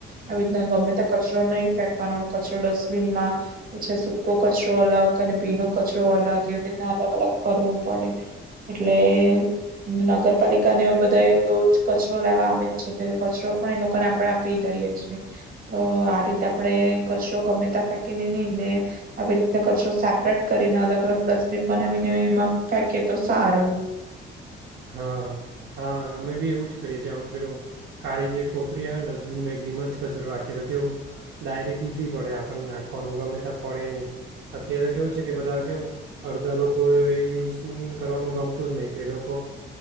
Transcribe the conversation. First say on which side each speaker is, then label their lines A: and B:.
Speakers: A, on the right (about 45°); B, on the right (about 65°).
A: આવી રીતના ગમે ત્યાં કચરો નય ફેંકવાનો કચરો ડસ્ટબિનમાં પછી સૂકો કચરો અલગ અને ભીનો કચરો અલગ એવી રીતના અલગ અલગ કરવો પડે એટલે નગર પાલિકાને બધાં એ રોજ કચરો લેવા આવે જ છે કચરો પણ એ લોકોને આપણે આપી દઈએ છે તો આ રીતે આપરે કચરો ગમે તાં ફેંકીને નય ને આવી રીતના કચરો સેપરેટ કરીને અલગ અલગ ડસ્ટબિન બનાવીને એમાં ફેંકીએ તો સારું.
B: હા હા અમે બી એવું જ કરીએ છીએ અમે પેલું કાળી જે કોથરી આવે ને ડસ્ટબિન બેગ એમા જ કચરો રાખીએ તો કેવું ડાયરેક ઈઝી પડે આપણને નાખવાનું ગમે ત્યાં પડે ની અત્યારે કેવું છે કે બધા કેવું અડધા લોકો એ યુઝ કરવાનું ગમતું જ નય તો એ લોકો